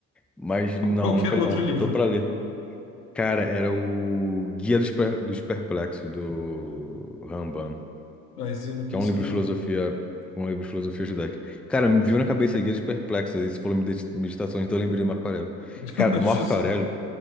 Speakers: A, in the centre; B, on the left (about 85°).
A: Mas não,
B: Ou qualquer
A: não quero
B: outro
A: não.
B: livro.
A: Eu tô pra ler. Cara, era o Guia dos, Per- dos Perplexos, do Ramban,
B: Mas eu não penso
A: que é um livro
B: mesmo,
A: de
B: não.
A: filosofia, um livro de filosofia judaica. Cara, me viu na cabeça Guia dos Perplexos, aí você falou medita- meditações, então eu lembrei do Marco Aurélio.
B: <laughs>
A: Cara, o
B: Justo.
A: Marco Aurélio,